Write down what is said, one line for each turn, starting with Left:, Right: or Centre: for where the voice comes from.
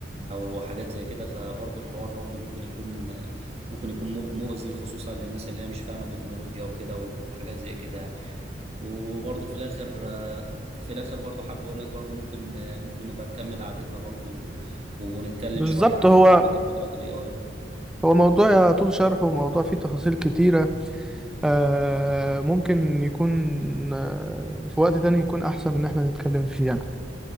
Right: او حاجات زي كده فبرضو الحوار برضو ممكن يكون ممكن يكون مؤذي خصوصا للناس اللي هي مش فاهمه تكنولوجيا وكده وحاجات زي كده يعني. وبرضه في الاخر في الاخر برضه حابب اقول لك برضه ممكن ممكن نبقى نكمل قعدتنا برضه ونتكلم
Centre: بالظبط
Right: شويه عن
Centre: هو
Right: المخاطر بتاعه الاي اي
Centre: هو موضوع طول شرحه وموضوع فيه تفاصيل كتيرة آه ممكن يكون آه في وقت تاني يكون احسن ان احنا نتكلم فيه يعني